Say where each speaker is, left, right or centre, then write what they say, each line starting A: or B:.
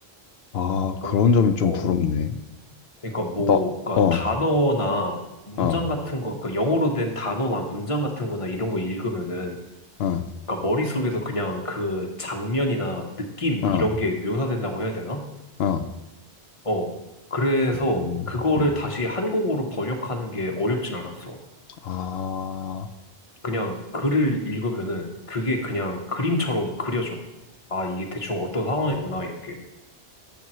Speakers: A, on the left; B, on the left.
A: 아,
B: 그니까,
A: 그런 점이 좀
B: 어,
A: 부럽네.
B: 그니까 뭐,
A: 나,
B: 그니까
A: 어,
B: 단어나 문장
A: 아,
B: 같은 거, 그니까 영어로 된 단어나 문장 같은 거나 이런 거 읽으면은,
A: 아,
B: 그니까 머릿속에서 그냥 그 장면이나 느낌,
A: 아,
B: 이런 게 묘사된다고 해야 되나?
A: 아,
B: 어, 그래서
A: 음,
B: 그거를
A: 음.
B: 다시 한국어로 번역하는 게 어렵진 않았어.
A: 아.
B: 그냥 글을 읽으면은 그게 그냥 그림처럼 그려져. 아, 이게 대충 어떤 상황이구나, 이런 게.